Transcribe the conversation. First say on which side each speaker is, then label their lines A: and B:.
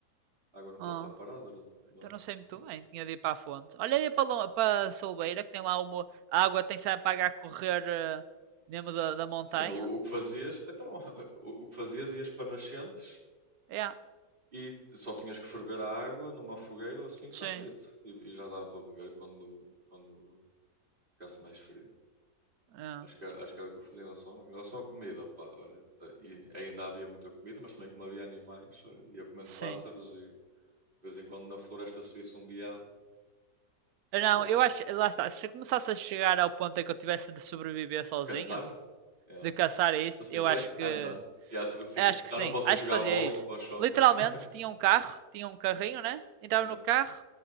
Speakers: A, on the right; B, on the right.
A: A água não
B: Ah,
A: pode estar parada du- durante
B: então não sei
A: muito
B: muito
A: tempo.
B: bem, tinha de ir para a fonte. Olha aí para, Lom- para a Solbeira, que tem lá uma. A água tem sempre para a correr eh, mesmo da, da montanha.
A: Sim, o, o que fazias, então, <laughs> o, o que fazias ias para nascentes
B: É,
A: e só tinhas que ferver a água numa fogueira ou assim, está
B: sim,
A: feito. E, e já dava para beber quando, quando ficasse mais frio.
B: é,
A: Acho que, era- acho que era o que eu fazia em relação, a- em relação à comida, pá, olha. eh, E ainda havia muita comida, mas também como havia animais, olha, ia comendo
B: sim.
A: pássaros e de vez em quando na floresta se visse um veado,
B: Não,
A: pau,
B: eu acho. Lá está. Se eu começasse a chegar ao ponto em que eu tivesse de sobreviver sozinho,
A: que caçar. É. Então
B: de caçar isso,
A: assim,
B: eu
A: bem,
B: acho que.
A: I'm done. Já, tipo assim,
B: Acho que
A: já
B: sim.
A: não posso
B: Acho
A: ir jogar
B: que fazia
A: bowling
B: isso.
A: para o shopping.
B: Literalmente,
A: <laughs>
B: tinha um carro, tinha um carrinho, né? Entrava
A: Sim,
B: no carro,